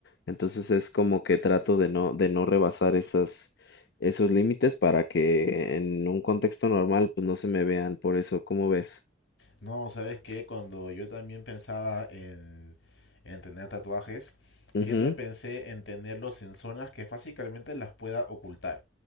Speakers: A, on the left (about 60°); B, on the left (about 75°).
A: Entonces es como que trato de no, de no rebasar esas, esos límites para que en un contexto normal, pues no se me vean. Por eso, ¿cómo ves?
B: No, ¿sabes qué? Cuando yo también pensaba en, en tener tatuajes, siempre
A: Ujú,
B: pensé en tenerlos en zonas que fácilmente las pueda ocultar.